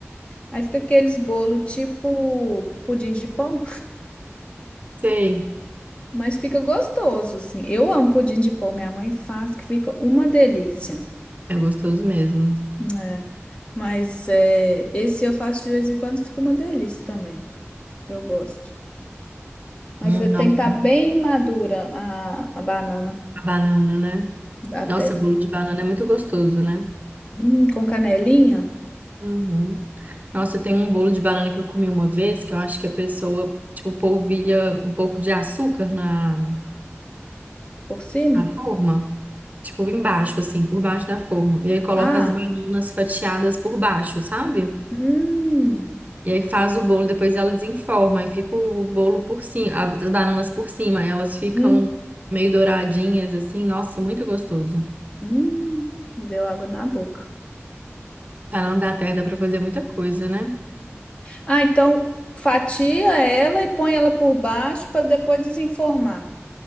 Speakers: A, on the left (about 25°); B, on the right (about 35°).
A: Aí fica aqueles bolo tipo pudim de pão,
B: Sei.
A: mas fica gostoso, assim. Eu amo pudim de pão, minha mãe faz, que fica uma delícia.
B: É gostoso mesmo.
A: né? Mas é, esse eu faço de vez em quando, fica uma delícia também. Eu gosto. Mas
B: Hum,
A: é, tem
B: Nossa,
A: que estar bem madura a, a banana
B: a banana, né?
A: da
B: Nossa,
A: terra.
B: bolo de banana é muito gostoso, né?
A: Hum, com canelinha
B: Uhum. Nossa, tem um bolo de banana que eu comi uma vez que eu acho que a pessoa, tipo, polvilha um pouco de açúcar na,
A: por cima.
B: na forma. Tipo, embaixo, assim, por baixo da forma. E aí coloca
A: Ah,
B: as bananas fatiadas por baixo, sabe?
A: hum,
B: E aí faz o bolo, depois ela desenforma e fica o bolo por cima, as bananas por cima. aí Elas ficam
A: hum,
B: meio douradinhas, assim. Nossa, muito gostoso.
A: hum, me deu água na boca.
B: Pra não dar terra, dá pra fazer muita coisa, né?
A: Ah, então fatia ela e põe ela por baixo para depois desenformar.